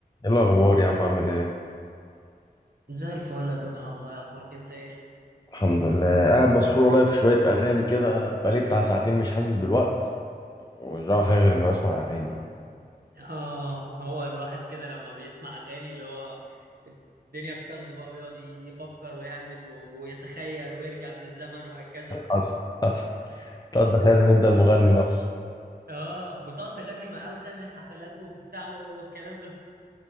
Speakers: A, on the left (about 25°); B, on the right (about 70°).
A: ايه الاخبار يا عم عامل ايه
B: زي الفل يا دوحة الله يخبرك انت ايه
A: الحمد لله قاعد مسحول والله في شوية أغاني كده بقالي بتاع ساعتين مش حاسس بالوقت ومش بعمل حاجة غير إني بسمع أغاني
B: اه هو الواحد كده لما بيسمع اغاني اللي هو الدنيا بتاخده بقى ويقعد يفكر ويعمل ويتخيل ويرجع بالزمن وهكذا
A: حصل حصل تقعد تخيل إن أنت المغني نفسه
B: اه وتقعد تغني معاه وتعمل حفلات وبتاع والكلام ده